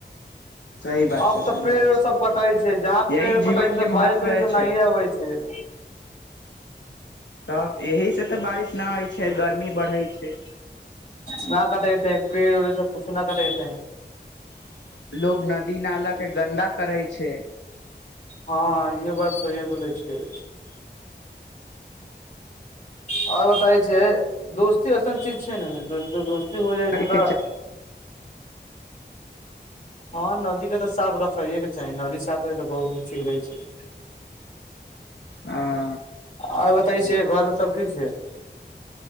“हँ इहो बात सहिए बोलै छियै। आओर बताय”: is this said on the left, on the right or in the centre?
Left